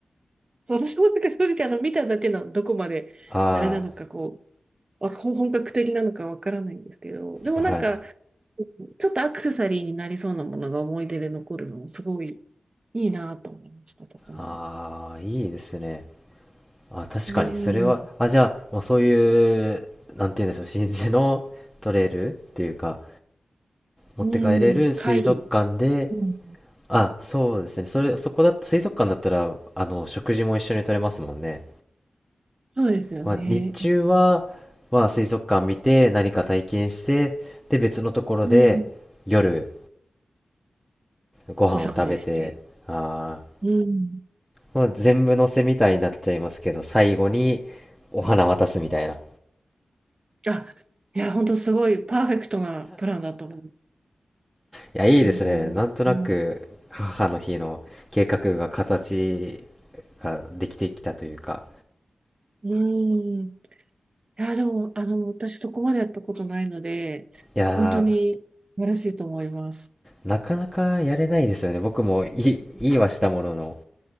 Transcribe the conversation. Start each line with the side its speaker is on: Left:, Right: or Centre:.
Right: そう私もなんかそれであの、見ただけのどこまであれなのかこ
Centre: あ
Right: う、あ、本格的なのかわからないんですけど、でもなんか、
Centre: あーはい
Right: ちょっとアクセサリーになりそうなものが思い出で残るのもすごいいいなと思いました、そこも。
Centre: ああいいですねあ確かにそれはあじゃあ、
Right: うん。
Centre: まあ、そういうなんて言うんでしょう真珠の取れるっていうか持って帰れる水族館で
Right: うん。貝。うん。
Centre: あそうですねそれそこだ水族館だったらあの食事も一緒に取れますもんね
Right: そうですよね。
Centre: まあ、日中は、
Right: うん。
Centre: まあ、水族館見て何か体験してで別のところで夜
Right: うん。
Centre: ご飯を食べてあ
Right: お食事して。うん。
Centre: ー、まあ、全部のせみたいになっちゃいますけど最後にお花渡すみたいない
Right: あ、いや、本当すごいパーフェクトなプランだと思う。
Centre: やいいですねなんとなく母の日の計画が形
Right: すごい。も
Centre: ができてきたというか
Right: ううん。いや、でも、あの、私そこまでやったことないので、
Centre: いや
Right: 本当に素晴らしいと思います。
Centre: ーなかなかやれないですよね僕もいいいいはしたものの